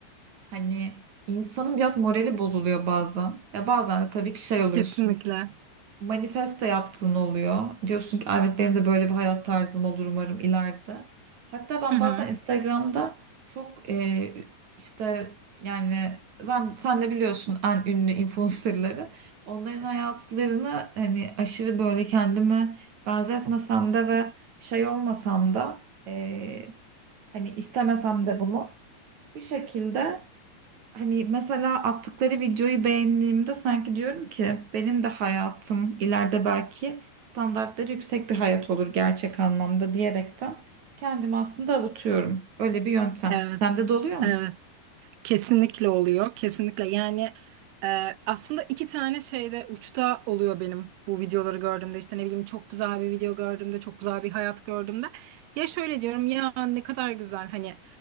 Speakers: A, on the right (about 45°); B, on the right (about 80°).
A: Hani insanın biraz morali bozuluyor bazen. Ya bazen de tabii ki şey oluyorsun.
B: Kesinlikle.
A: Manifeste yaptığın oluyor. Diyorsun ki "Ay evet benim de böyle bir hayat tarzım olur umarım ileride. Hatta ben
B: Hı hı.
A: bazen Instagram'da çok e, işte yani sen, sen de biliyorsun en ünlü influencerları. Onların hayatlarını hani aşırı böyle kendime benzetmesem de ve şey olmasam da e, hani istemesem de bunu bir şekilde Hani mesela attıkları videoyu beğendiğimde sanki diyorum ki benim de hayatım ileride belki standartları yüksek bir hayat olur gerçek anlamda diyerekten kendimi aslında avutuyorum. Öyle bir yöntem.
B: Evet,
A: Sende de oluyor mu?
B: evet. Kesinlikle oluyor, kesinlikle. Yani e, aslında iki tane şeyde uçta oluyor benim bu videoları gördüğümde. İşte ne bileyim çok güzel bir video gördüğümde, çok güzel bir hayat gördüğümde. Ya şöyle diyorum ya ne kadar güzel hani